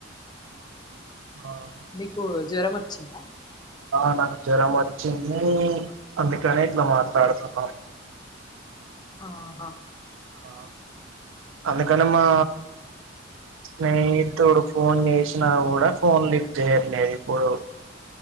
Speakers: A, on the right; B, on the left.
A: ఆ
B: నీకు జ్వరం వచ్చిందా
A: ఆ నాకు జ్వరం వచ్చింది అందుకనే ఇట్లా మాట్లాడుతున్నా
B: ఆహా
A: ఆ అందుకని మా స్నేహితుడు ఫోన్ చేసి ఫోన్ చేసిన ఫోన్ లిఫ్ట్ చేయట్లేదు ఇప్పుడు